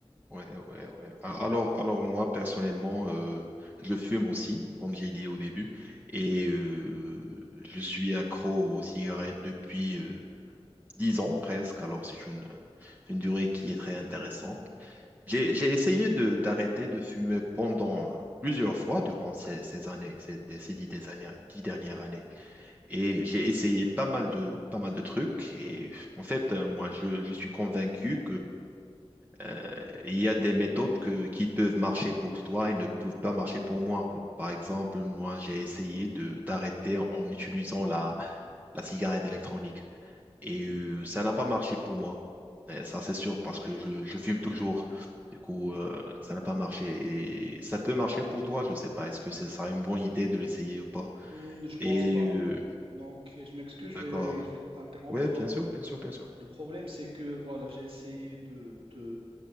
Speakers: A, on the right (about 15°); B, on the right (about 55°).
A: Ouais, ouais, ouais. A- Alors, alors moi, personnellement, euh, je fume aussi, comme j'ai dit au début, et euh, je suis accro aux cigarettes depuis euh, 10 ans presque, alors c'est une, une durée qui est très intéressante. J'ai, j'ai essayé de, d'arrêter de fumer pendant plusieurs fois durant ces, ces années, ces, ces dix, des années- dix dernières années. Et j'ai essayé pas mal de, pas mal de trucs. Et en fait, euh, moi, je, je suis convaincu euh, il y a des méthodes que- qui peuvent marcher pour toi et ne peuvent pas marcher pour moi. Alors, par exemple, moi, j'ai essayé de d'arrêter en utilisant la, la cigarette électronique et euh,
B: Mm.
A: ça n'a pas marché pour moi. Et ça, c'est sûr parce que je, je fume toujours. Du coup, euh, ça n'a pas marché. Et ça peut marcher pour toi, je ne sais pas. Est-ce que ce sera une bonne idée de l'essayer ou pas?
B: Hmm, je pense
A: Et
B: pas.
A: euh,
B: Donc, je m'excuse, je
A: d'accord.
B: vais, je vais t'interrompre
A: Oui, bien
B: là.
A: sûr, bien sûr, bien sûr.
B: Le problème, c'est que voilà, j'ai essayé de, de,